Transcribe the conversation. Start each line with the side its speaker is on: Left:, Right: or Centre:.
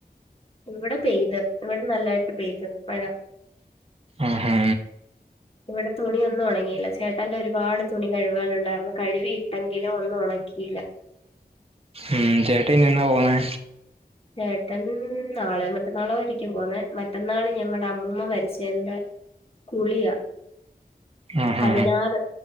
Left: ഇവിടെ പെയ്ത് ഇവിടെ നല്ലായിട്ട് പെയ്തു മഴ
Right: ആഹാ
Left: ഇവിടെ തുണിയ ഒന്നും ഉണങ്ങിയില്ല ചേട്ടാൻന്റെ ഒരുപാട് തുണി കഴിവാനുണ്ടായിരുന്ന കഴവിയിട്ടെങ്കിലും ഒന്നും ഉണക്കിയില്ല
Right: ഉം ചേട്ട എനിയന്നാ പോണേ
Left: ചേട്ടൻ നാളെ മറ്റന്നാള ആയിരിക്കും പോന്നെ മറ്റന്നാള് ഞങ്ങളുടെ അമ്മൂമ്മ മരിച്ചന്റെ കുളിയാ
Right: ആഹാ
Left: പതിനാറ്